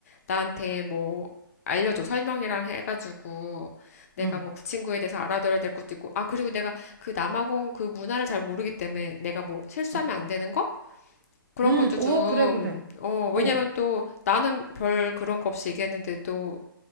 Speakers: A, on the left; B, on the right.
A: 나한테 뭐 알려줘 설명이랑 해가지고 내가
B: 음,
A: 뭐 그 친구에 대해서 알아둬야 될 것도 있고 아 그리고 내가 그 남아공 그 문화를 잘 모르기 때문에 내가 뭐 실수하면
B: 음.
A: 안 되는 거 그런
B: 음,
A: 것도
B: 오,
A: 좀
B: 그래, 그래.
A: 어 왜냐면
B: 어,
A: 또 나는 별 그런 거 없이 얘기했는데도